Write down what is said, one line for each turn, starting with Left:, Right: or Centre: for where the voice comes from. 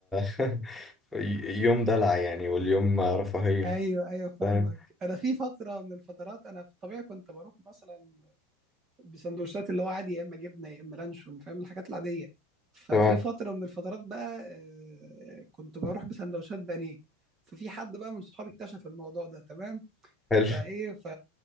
Centre: <laughs> يوم دلع يعني واليوم رفاهية
Right: ايوه ايوه فاهمك
Centre: فاهم
Right: انا في فتره من الفترات انا في الطبيعي كنت بروح مثلا بسندوتشات اللي هو عادي يا اما جبنه يا اما لانشون فاهم الحاجات العاديه ففي
Centre: تمام
Right: فتره من الفترات بقى آه، كنت بروح بسندوتشات بانيه ففي حد بقى من صحابي اكتشف الموضوع ده تمام
Centre: حلو
Right: فايه ف